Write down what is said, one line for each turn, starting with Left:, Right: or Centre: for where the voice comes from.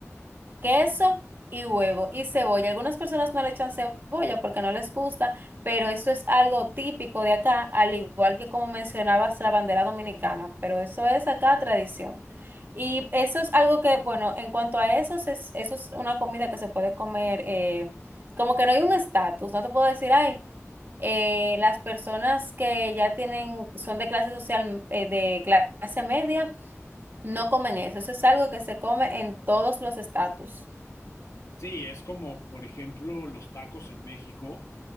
Right: queso y huevo y cebolla. Algunas personas no le echan cebolla porque no les gusta, pero eso es algo típico de acá, al igual que como mencionabas la bandera dominicana, pero eso es acá tradición. Y eso es algo que, bueno, en cuanto a eso, se- es, eso es una comida que se puede comer, eh, como que no hay un estatus, no te puedo decir, ay, eh, las personas que ya tienen, son de clase social, eh, de clase media, no comen eso, eso es algo que se come en todos los estatus.
Left: Sí, es como, por ejemplo, los tacos en México.